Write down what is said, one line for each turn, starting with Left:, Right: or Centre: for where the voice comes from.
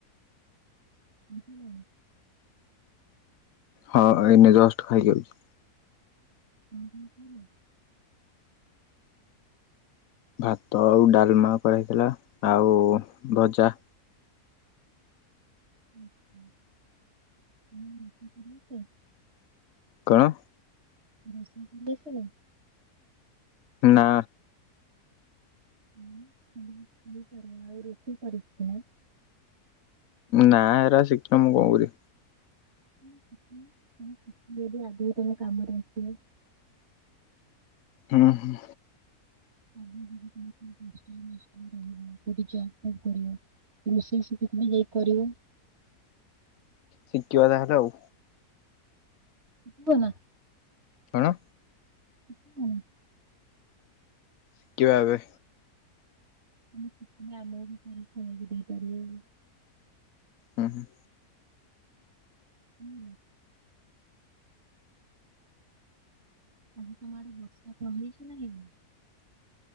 Right: <inaudible>
Left: ହଁ ଏଇନେ ଜଷ୍ଟ୍ ଖାଇକି ଆଉଚି।
Right: <inaudible>
Left: ଭାତ ଆଉ ଡାଲ୍ମା କରାହେଇଥିଲା ଆଉ ଭଜା।
Right: <unintelligible>
Left: କଣ?
Right: ରୋଷେଇ କରି ଆସିଶାରିଲନି।
Left: ନା।
Right: <unintelligible> ଆଉ ରୋଷେଇ କରିବ କି ନାଇ।
Left: ନା ଏଗୁରା ଶିଖିକି ମୁଁ କଣ କରିବି।
Right: ଶିଖିଲେ ଆଗକୁ ତମ କାମରେ ଆସିବ।
Left: ହୁଁ ହୁଁ।
Right: <unintelligible> <inaudible> ରୋଷେଇ ବସରେ ହେଲ୍ପ କରିବ।
Left: ଶିଖିବା ତାହେଲେ ଆଉ।
Right: ଶିଖିବ ନା।
Left: କଣ?
Right: <unintelligible>
Left: ଶିଖିବା ଏବେ।
Right: ଆମେ ଶିଖିକି ଆମ ଘରକୁ ବି ଦେଇପାରିବୁ ଆଉ।
Left: ହୁଁ ହୁଁ।
Right: ହୁଁ। ଆଜି ତମ ଆଡେ ବର୍ଷା କଣ ହେଇଚି ନା ହେଇନି।